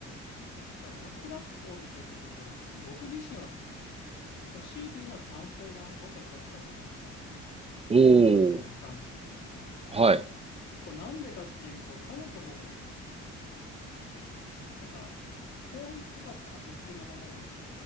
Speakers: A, on the left; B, on the right.
A: まあ、略奪婚というか、僕自身は、その強いて言うなら賛成側に僕は立つと思いますね。
B: お
A: 略奪婚に関して。
B: お、はい。
A: こうなんでかっていうと、そもそも、なんか、法律とかって後付けのもので、